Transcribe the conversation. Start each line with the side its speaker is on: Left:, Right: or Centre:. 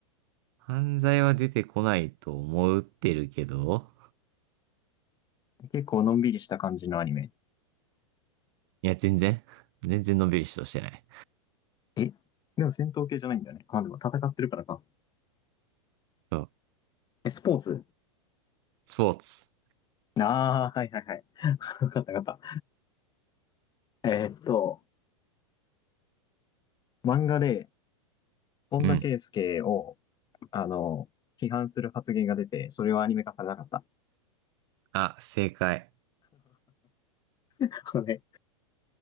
Right: 犯罪は出てこないと思ってるけど、
Left: 結構のんびりした感じのアニメ。
Right: いや、全然、全然のんびりしとしてない。
Left: え、でも戦闘系じゃないんだよね。まあ、でも戦ってるからか。
Right: そう。
Left: え、スポーツ
Right: スポーツ。
Left: ああー、はいはいはい。<laughs> わかったわかった。えーっと、漫画で、本田圭佑を、
Right: うん。
Left: あの、批判する発言が出て、それはアニメ化されなかった。
Right: あ、正解。
Left: <laughs> ね